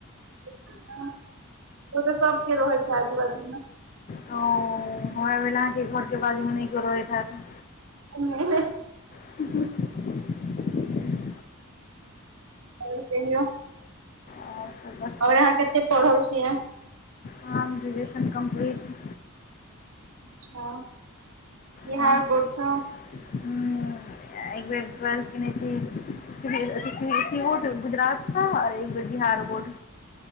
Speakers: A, on the right; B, on the left.
A: अच्छा ओ तऽ सबके रहै छै आजू बाजू मे
B: औऽ हमरा भेल अहाँके घर के बाजू मे नय केओ रहति हेऽत
A: ओनहिये
B: <inaudible>
A: आओर कहियौ
B: आओर सब बस
A: आओर अहाॅं कत्ते पढ़ल छियै
B: हम ग्रेजुएशन कम्प्लीट
A: अच्छा बिहार
B: हम हुॅं
A: बोर्ड सँ
B: ऐ बेर टुवेल्थ केने छी C B S E pre board Gujarat स ऐ बेर बिहार बोर्ड